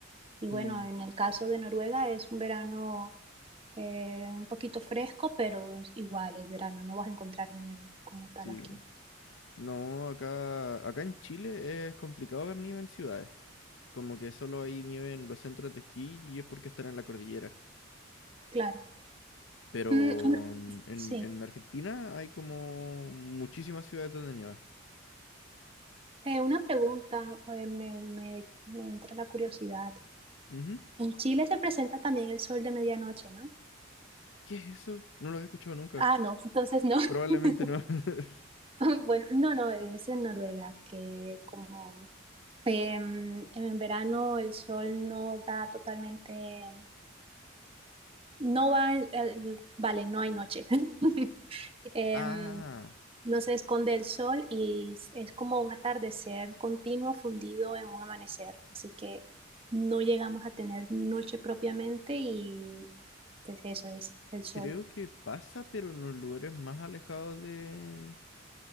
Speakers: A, on the right; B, on the left.
A: Y bueno,
B: Mm,
A: en el caso de Noruega es un verano eh, un poquito fresco, pero igual es verano, no vas a encontrar nieve como tal
B: sí.
A: aquí.
B: No, acá, acá en Chile es complicado ver nieve en ciudades. Como que solo hay nieve en los centros de esquí y es porque están en la cordillera.
A: Claro.
B: Pero
A: Mm, mm,
B: en, en-
A: sí.
B: en Argentina hay como muchísimas ciudades donde nieva.
A: Eh, una pregunta, eh, me, me- me entra la curiosidad.
B: Ujú.
A: En Chile se presenta también el sol de medianoche, ¿no?
B: ¿Qué es eso? No lo había escuchado nunca.
A: Ah, no, entonces no.
B: Probablemente
A: <laughs>
B: no. <laughs>
A: Bueno, no, no, es en Noruega, que como em, en verano el sol no da totalmente, no va, el- el- vale, no hay noche. <laughs> Em,
B: Ah,
A: No se esconde el sol y es es como un atardecer continuo fundido en un amanecer. Así que no llegamos a tener noche propiamente y pues eso es el sol.
B: creo que pasa, pero en los lugares más alejados de